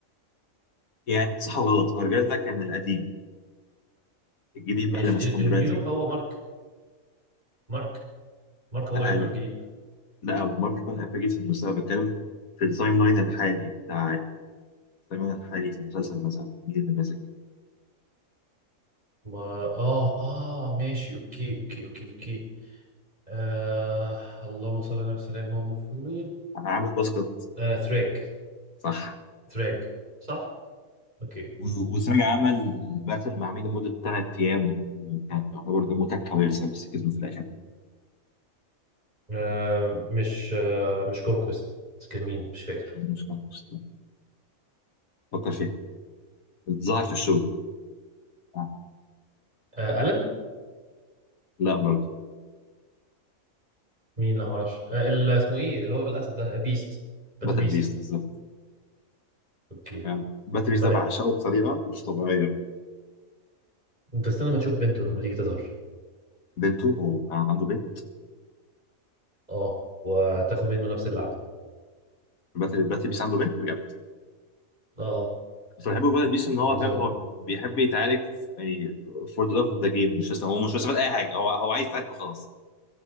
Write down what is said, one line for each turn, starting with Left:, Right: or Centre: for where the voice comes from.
Left: يعني صح وغلط الرجال ده كان القديم الجديد
Right: ماشي
Left: بقى اللي مشاكم
Right: ال- النيو
Left: دلوقتي
Right: هو مارك مارك مارك
Left: لا
Right: هو الامبرو
Left: لا
Right: الجديد
Left: لا ممكن يكون قبل جديد في المستقبل بتكلم في التايم لاين الحالي بتاع التايم لاين الحالي في المسلسل مثلا مين اللي ماسك
Right: ما اه اه ماشي اوكي اوكي اوكي اوكي آه اللهم صل على وسلم ما هو المفروض
Left: عامل باسكت
Right: آه ثريج
Left: صح
Right: ثريج صح؟ اوكي
Left: و- وسراج عمل باتل مع مين لمدة ثلاث أيام وكان يعتبر ده متك كويسة بس كسبه في الآخر
Right: آه مش آه مش كونكويست كان مين مش فاكر
Left: مش مش- فكر فيه ظهر في الشو آه،
Right: آه ألن
Left: لا برضه
Right: مين لا معرفش آه ال- اسمه ايه اللي هو الاسد ده بيست باتل
Left: باتل
Right: بيست
Left: بيست بالظبط
Right: اوكي
Left: يعني باتلي بيس
Right: طيب
Left: ده بعشقه بطريقه مش طبيعيه
Right: انت استنى ما تشوف بنته لما تيجي تظهر
Left: بنته هو كان عنده بنت
Right: اه وتاخد منه نفس اللعنه
Left: باتلي باتلي بيس عنده بنت بجد
Right: اه آه.
Left: بس بحبه في باتلي بيس ان هو
Right: وزي
Left: فاهم
Right: ما
Left: هو بيحب يتعارك في- يعني فور ذا لاف اوف ذا جيم مش بس هو مش مستفاد اي حاجه هو هو عايز يتعارك وخلاص